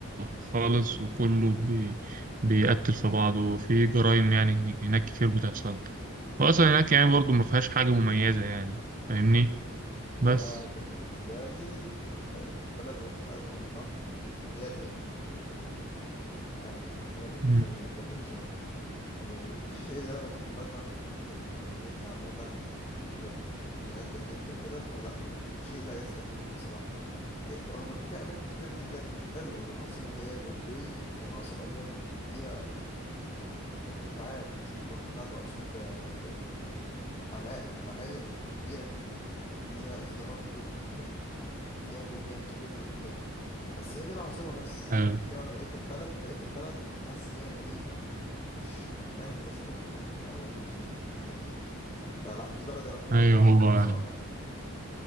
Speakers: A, on the right; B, on the left.
A: خالص وكله بي بيقتل في بعضه وفي جرائم يعني هناك كتير بتحصل واصلا هناك يعني برضو ما فيهاش حاجة مميزة يعني فاهمني بس
B: أنا بالنسبة لي آه، البلد اللي مش عايز أروحها هي الهند أنا ما بحبش
A: مم.
B: ال... ما بحبش الهند من ال- الشيء اللي أنا بشوفه مثلا في, في, ال... في النت عامة من فيديوهات للهند وكده فلا شيء لا يستهويني بصراحة رغم ان فيها اماكن كتير جدا حلوه والعاصمه اللي هي مومباي العاصمه ديت فيها مرتفعات مرتفعات اقصد ب- بعماير عماير كبيره جدا وفيها ازدهار كبير جدا وفيها بنيان كبير جدا بس هي دي العاصمه بس
A: ايوه
B: بتتكلم على بقيه البلد بقيه البلد حاسس ان هي غريبه مش مكان تستلطف ان انت تبقى موجود فيه فاهمني فلا دي بلد انا ممكن
A: أيوة،
B: ما احبش
A: هو
B: اروحها بصراحه يعني